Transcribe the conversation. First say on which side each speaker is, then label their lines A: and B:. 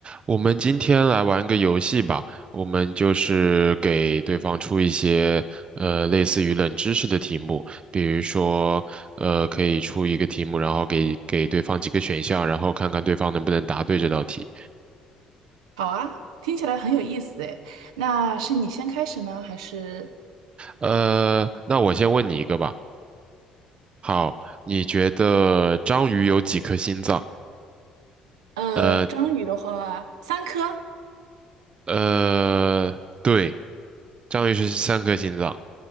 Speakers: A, on the right; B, on the right.
A: 我们今天来玩个游戏吧，我们就是给对方出一些呃类似于冷知识的题目，比如说呃可以出一个题目，然后给给对方几个选项，然后看看对方能不能答对这道题。
B: 好啊，听起来很有意思诶。那是你先开始呢，还是
A: 呃，那我先问你一个吧。好，你觉得章鱼有几颗心脏？
B: 呃，
A: 呃
B: 章鱼的话，三颗
A: 呃，对，章鱼是三颗心脏。